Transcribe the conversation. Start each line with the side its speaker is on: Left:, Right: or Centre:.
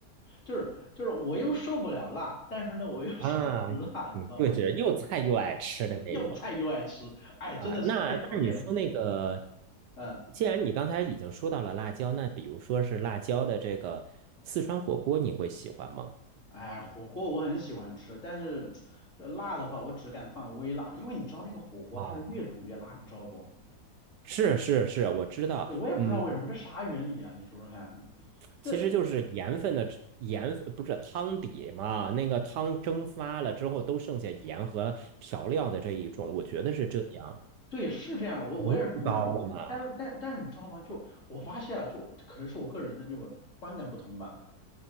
Left: 就是就是我又受不了辣，但是呢，我又想吃辣，
Right: 啊，
Left: 你知道吗？
Right: 你就是又菜又爱吃的那种。
Left: 又菜又爱吃，哎，真的是太讨厌了。
Right: 啊，那那你说那个，
Left: 嗯，
Right: 既然你刚才已经说到了辣椒，那比如说是辣椒的这个四川火锅，你会喜欢吗？
Left: 哎，火锅我很喜欢吃，但是这辣的话，我只敢放微辣，因为你知道那个火锅它是越煮越辣，
Right: 啊，
Left: 你知道不？
Right: 是是是，我知道，
Left: 对，我也不知道为什么，
Right: 嗯，
Left: 这啥原理啊？你说说看，这
Right: 其实就是盐分的盐分，不是汤底嘛，那个汤蒸发了之后都剩下盐和调料的这一种，我觉得是这样，
Left: 对是这样，我我也是这么认为的。
Right: 浓度高了吗？
Left: 但是但但是你知道吗？就我发现啊，就可能是我个人的这个观感不同吧。